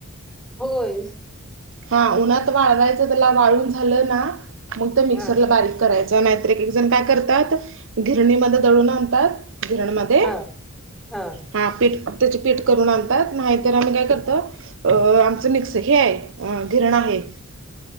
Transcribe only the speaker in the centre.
होय.
हा
हा हा